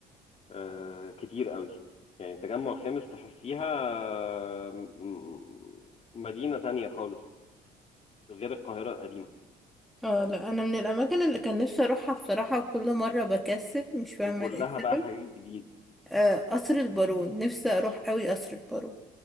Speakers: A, on the left (about 40°); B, in the centre.
A: آه كتير قوي يعني التجمع الخامس تحسيها آه، م- م- مدينة تانية خالص غير القاهرة القديمة
B: اه لا انا من الاماكن اللي كان نفسي اروحها بصراحه وكل مره بكسل مش فاهمه
A: وكلها
B: ايه
A: بقى
B: السبب
A: حاجات جديدة
B: آه قصر البارون نفسي اروح قوي قصر البارون